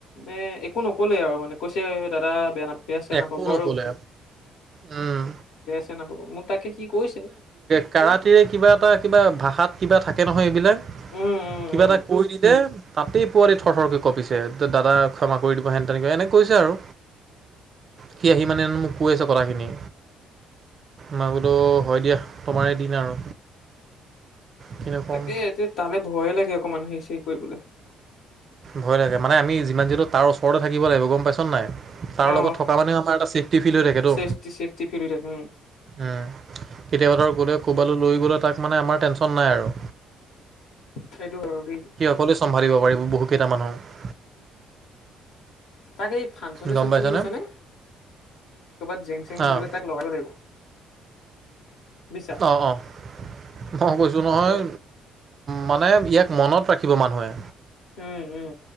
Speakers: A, on the left (about 75°); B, on the right (about 50°).
A: নে একো নকলে আৰু মানে কৈছে দাদা বেয়া না বেয়া চেয়া
B: একো
A: নাপাব
B: নক'লে
A: আৰু
B: উম
A: বেয়া চেয়া নাপাব মোক তাকে সি কৈছে
B: কৰাটেৰে কিবা এটা কিবা ভাষাত কিবা থাকে নহয় এইবিলাক
A: উম উম
B: কিবা
A: উম
B: এটা কৈ দিলে তাতেই পোৱালি থৰথৰকৈ কঁপিছে যে দাদা ক্ষমা কৰি দিব হেন তেন এনেকে কৈছে আৰু সি আহি মানে মোক কৈ আছে কথাখিনি মই বোলো হয় দিয়া তোমাৰে দিন আৰু কিনো ক'ম
A: তাকে এতিয়া তালে ভয়ে লাগে অকণমান হেৰু চেৰি কৰিবলৈ
B: ভয় লাগে মানে আমি যিমান যিটো তাৰ ওচৰতে থাকিব লাগিব গম পাইছ নে নাই তাৰ
A: অ
B: লগত থকা মানেও আমাৰ এটা সেফটি ফিল হৈ থাকে তো।
A: চেফটি চেফটি ফিল হৈ থাকে উম
B: উম, কেতিয়াবা ধৰ গ'লে ক'বালৈ লৈ গ'লে, তাক মানে আমাৰ টেনচন নাই আৰু।
A: সেইটো হৈ, দেই।
B: কোনে চম্ভালিব পাৰিব, বহুকেইটা মানুহ।
A: তাকেই এই ফাংচনে,
B: গম
A: চচনে
B: পাইছনে
A: বুছ নে, কৰবাত জেং, চেং হৈ
B: অঁ
A: গ'লে তাক লগাব, লাগিব। বুইছা
B: অ', অ', মই কৈছোঁ নহয়।
A: তাকত
B: মানে ইয়াক মনত ৰাখিব মানুহে।
A: উম, উম।